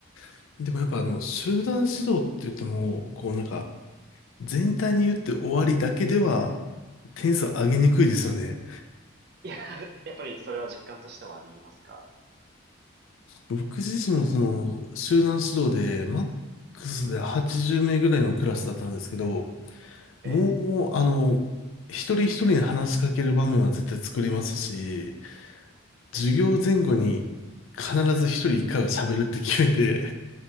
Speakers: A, on the left (about 75°); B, on the right (about 50°).
A: あ、でもやっぱあの、集団指導って言っても、こうなんか、全体に言って終わりだけでは、点数上げにくいですよね。
B: いや、<laughs> やっぱりそれは実感としてもありますか
A: 僕自身もその、集団指導で、マックスで80名ぐらいのクラスだったんですけど、
B: ええ。
A: もう、あの、一人一人に話しかける場面は絶対作りますし、
B: ええ。
A: 授業前後に必ず一人一回は喋るって決めて、